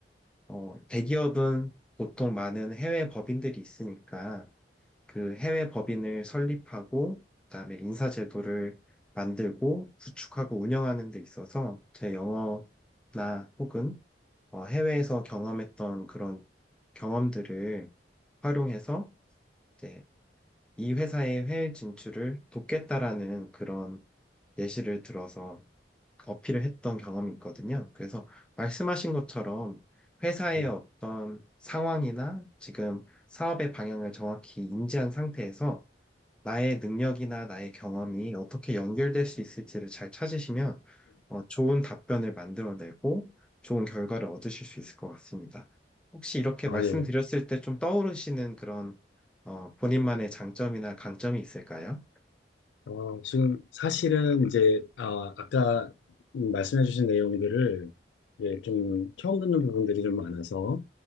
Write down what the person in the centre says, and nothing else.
어, 대기업은 보통 많은 해외 법인들이 있으니까, 그 해외 법인을 설립하고, 그다음에 인사 제도를 만들고, 구축하고 운영하는 데 있어서 제 영어나 혹은 어, 해외에서 경험했던 그런 경험들을 활용해서 이제 이 회사의 해외 진출을 돕겠다라는 그런 예시를 들어서 어필을 했던 경험이 있거든요. 그래서 말씀하신 것처럼 회사의
어떤 상황이나 지금 사업의 방향을 정확히 인지한 상태에서 나의 능력이나 나의 경험이 어떻게 연결될 수 있을지를 잘 찾으시면 어, 좋은 답변을 만들어내고 좋은 결과를 얻으실 수 있을 것 같습니다. 혹시 이렇게
말씀드렸을
때 좀 떠오르시는 그런 어, 본인만의 장점이나 강점이 있을까요?